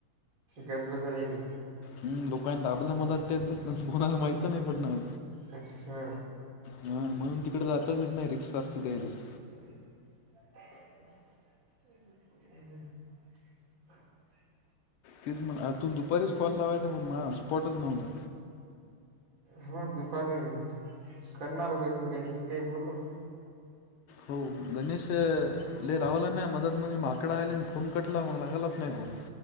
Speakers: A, on the right (about 60°); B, on the left (about 75°).
A: गजबाजर आहे ते.
B: हम्म दुकान दाबला मदा त्यांचा कोणालाही माहितं नाही पडणार.
A: अच्छा
B: हा म्हणून तिकडं जातच येत नाय रिक्षा असती. <unintelligible>
A: <inaudible> हम्म हम्म.
B: तीच म तु दुपारीच कॉल लावायचा पण मला हॉट स्पॉटच नव्हतं.
A: हो दुपारी करणार होतो गणेशलाही बोललो मी.
B: हो गणेश लय लावलं मे मदत म्हणे माकड आयलेन फोन कटला मग लागलाच नाही फोन.